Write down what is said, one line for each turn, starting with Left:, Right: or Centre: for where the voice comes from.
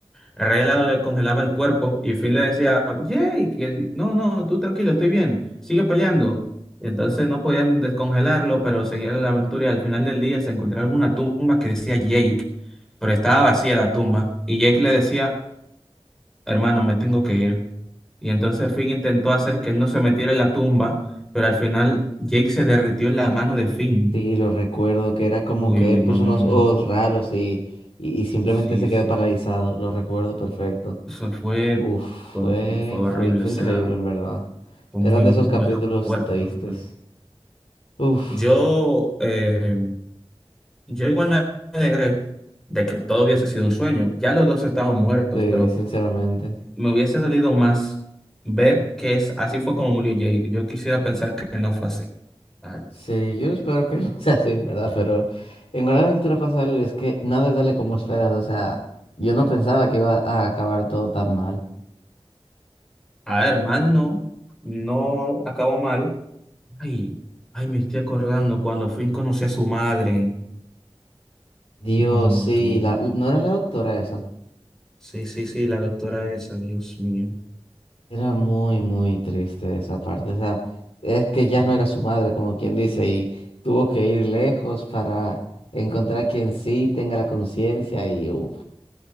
Centre: el rey helado le congelaba el cuerpo y Finn le decía, Jake, y él, no, no, tú tranquilo, estoy bien, sigue peleando. Y entonces no podían descongelarlo, pero seguía la aventura y al final del día se encontraron una tumba que decía Jake, pero estaba vacía la tumba. Y Jake le decía, hermano, me tengo que ir. Y entonces Finn intentó hacer que él no se metiera en la tumba, pero al final Jake se derritió en la mano de Finn.
Left: Sí, lo recuerdo, que era como
Centre: Uy,
Left: que
Centre: uy,
Left: él
Centre: no,
Left: puso
Centre: no,
Left: unos
Centre: no.
Left: ojos raros y, y, y simplemente
Centre: Sí,
Left: se
Centre: sí.
Left: quedó paralizado, lo recuerdo perfecto.
Centre: Eso fue,
Left: Uf,
Centre: fue,
Left: fue,
Centre: fue horrible,
Left: fue, fue
Centre: o sea,
Left: increíble en verdad.
Centre: fue
Left: Eran
Centre: muy,
Left: de esos
Centre: muy
Left: capítulos
Centre: fuerte,
Left: tristes.
Centre: la verdad.
Left: Uf,
Centre: Yo, eh, yo igual me alegré de que todo hubiese sido un sueño. Ya los dos estaban muertos,
Left: eh,
Centre: pero
Left: sinceramente.
Centre: me hubiese dolido más ver que es, así fue como murió Jake. Yo quisiera pensar que no fue así. A ver,
Left: Sí, yo espero que <laughs> no sea así, en ¿verdad? Pero en Gran Aventura pasa algo y es que nada sale como esperas, o sea, yo no pensaba que iba a acabar todo tan mal.
Centre: a ver, mal no, no acabó mal. Ay, ay, me estoy acordando cuando Finn conocí a su madre.
Left: Dios,
Centre: No,
Left: sí,
Centre: tú.
Left: la, ¿no era la doctora esa?
Centre: Sí, sí, sí, la doctora esa, Dios mío.
Left: Era muy, muy triste esa parte. O sea, es que ya no era su madre, como quien dice, y tuvo que ir lejos para encontrar quien sí tenga la conciencia y uf,